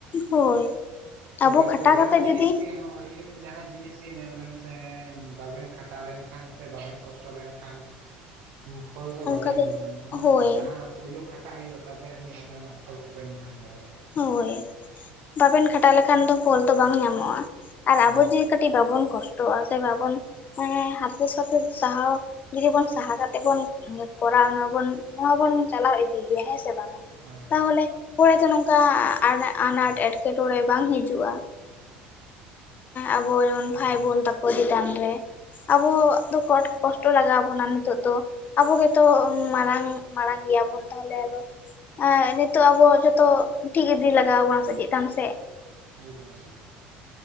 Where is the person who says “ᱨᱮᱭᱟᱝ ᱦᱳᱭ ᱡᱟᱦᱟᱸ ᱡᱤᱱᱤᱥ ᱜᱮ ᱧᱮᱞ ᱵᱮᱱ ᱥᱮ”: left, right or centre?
Right